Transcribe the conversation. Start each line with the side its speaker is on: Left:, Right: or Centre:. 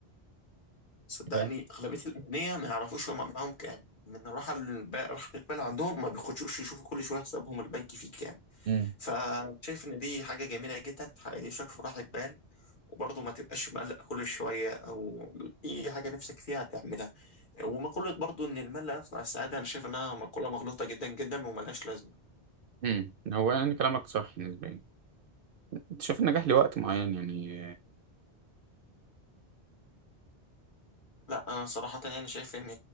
Left: صدقني
Right: فاهم
Left: اغلبيه الاغنياء ما يعرفوش هم معاهم كام من الراحه الب... راحه البال عندهم ما بيخشوش يشوفوا كل شويه حسابهم البنكي فيه كام
Right: امم
Left: فشايف ان دي حاجه جميله جدا تحققشك في راحه بال وبرضه ما تبقاش مقلق كل شويه او اي حاجه نفسك فيها تعملها ومقوله برضه ان المال لا يصنع السعاده انا شايف انها مقوله مغلوطه جدا جدا وملهاش لازمه
Right: امم هو يعني كلامك صح نسبيا انت شايف النجاح لوقت معين يعني
Left: لا انا صراحه يعني شايف ان